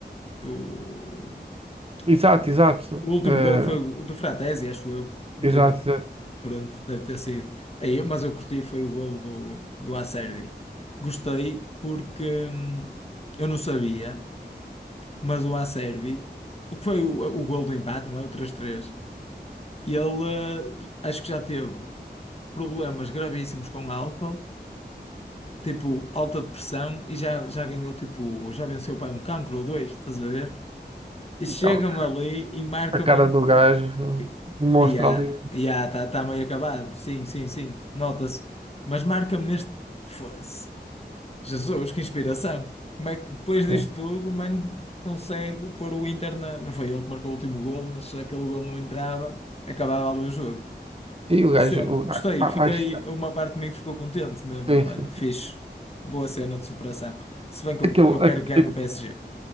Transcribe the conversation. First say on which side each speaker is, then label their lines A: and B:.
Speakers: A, on the left; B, on the right.
A: do-
B: Exato,
A: do-
B: exato.
A: O último
B: Eh,
A: gol foi o do Fratesi, acho eu. Não
B: exato,
A: tenho...
B: exato.
A: Pronto, deve ter sido. Aí, mas eu curti, foi o gol do, do Acerbi. Gostei porque hum, eu não sabia, mas o Acerbi foi o, o gol do empate, não é? O três três. E ele, eh, acho que já teve problemas gravíssimos com álcool, tipo alta depressão, e já, já ganhou, tipo, já venceu pai um cancro ou dois, estás a ver? E chega-me
B: Então,
A: ali e marca-me.
B: A cara
A: o-
B: do gajo
A: e-
B: mostra
A: Ya,
B: ali.
A: ya, está tá tá meio acabado. Sim, sim, sim, nota-se. Mas marca-me neste. Foda-se. Jesus, que inspiração! Como é que depois disto
B: Sim.
A: tudo, mano, consegue pôr o Inter na. Não foi ele que marcou o último golo, mas se aquele golo não entrava, acabava ali o jogo.
B: E o
A: Que
B: gajo.
A: cena,
B: o-
A: gostei,
B: a-
A: fiquei,
B: a- a- sim,
A: uma parte de mim que ficou contente mesmo.
B: sim,
A: Olha,
B: sim.
A: fixe, boa cena de superação. Se bem que eu,
B: Aquilo.
A: eu quero
B: a-
A: que ganhe
B: a-
A: o PSG.